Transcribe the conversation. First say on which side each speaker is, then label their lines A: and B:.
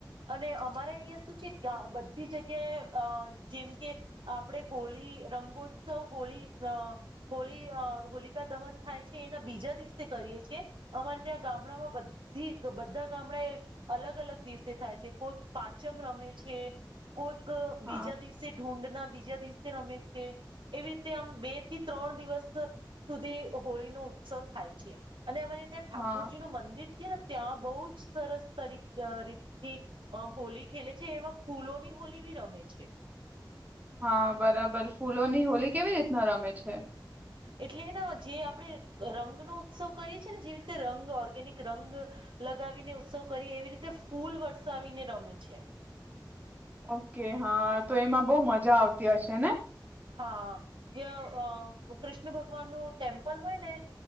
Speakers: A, on the right (about 85°); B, on the right (about 20°).
A: અને અમારે વસ્તુ છે. બધી જગ્યાએ અ જેમ કે આપણેે હોળી રંગોત્સવ હોળી અ હોળી હોલિકા દહન થાય છે એના બીજા દિવસે કરીએ છીએ અમારે ત્યાં ગામડામાં બધી બધા ગામડાએ અલગ અલગ અલગ દિવસે થાય છે કોઈ પાંચમ રમે છે. કો એક બીજા
B: હા
A: દિવસે ઢુંંડ ના બીજા દિવસે રમે છે એવી રીતે આમ બે થી ત્રણ દિવસ સુધી હોળી નો ઉત્સવ થાય છે. અને અમારે ત્યાં ઠાકુરજી
B: હા
A: નું મંદિર ને ત્યાં બહુ જ સરસ તરીકે રીતથી હોલી ખેલે છે એમાં ફૂલોની હોલી બી રમે છે.
B: હા બરાબર ફૂલોની હોલી કેવી રીતના રમે છે.
A: એટલેને જે આપણે રંગનોો ઉત્સવ કરીએ છ છે ને જેવી રીતે રંગ ઓર્ગેનિક રંગ લગાવીને ઉત્સવ કરીએ એવી રીતે ફૂલ વરસાવીને રમે છે.
B: ઓકે હા તો એમાં બહુ મજા આવતી હશે ને.
A: હા જે કૃષ્ણ ભગવાનનું ટેમ્પલ હોય ને